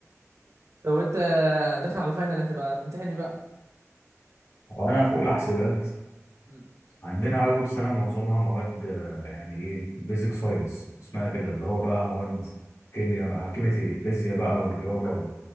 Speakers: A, on the right (about 65°); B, on the left (about 65°).
A: طب وانت داخل على فاينل هتبقى تمتحني بقى
B: وأنا في أولى حسابات
A: امم
B: عندنا أول سنة معظمها مواد آه، يعني إيه بيزك ساينس اسمها كده اللي هو بقى مواد كيمياء بقى كيمياء إيه فيزياء بقى والرياضة و-